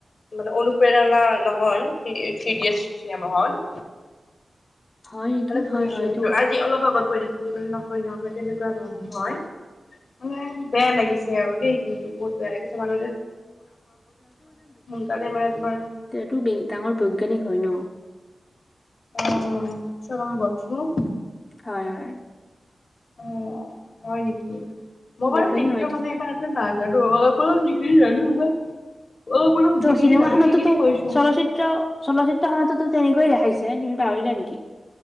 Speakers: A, on the left (about 55°); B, on the left (about 20°).
A: মানে অনুপ্ৰেৰণা নহয় থ্ৰী-থ্ৰীদিয়েত চিনেমা খন।
B: হয় নেকি
A: মানে শুনিছো
B: হয় হয়
A: সেইটো
B: এইটো
A: আজি অলপ আগত পছিলানে নহয় নহয় তেনেকুৱা নহয়। মানে বেয়া লাগিছে আৰু দেই কিন্তু বহুত বেয়া লাগিছে। মানুহ <unintelligible> তোমাৰ
B: তেওঁটো ডাঙৰ বৈজ্ঞানিক হয় ন'।
A: অ চনাম বংছোক।
B: হয় হয়।
A: অ হয় নেকি। মই বাৰু মই বাৰু
B: বিজ্ঞানী
A: তেখেতৰ
B: হয়
A: কাৰণে এবাৰ নাজানো অলপ অলপ <unintelligible> অলপ অলপ
B: ত
A: যিখিনি
B: চিনেমা
A: জানো
B: খাতোতো
A: সেইখিনি কৈছো।
B: চলচিত্ৰ চলচ্চিত্ৰ খনতোতো তেনেকৈয়ে দেখাইছে। তুমি পাহৰিলা নেকি?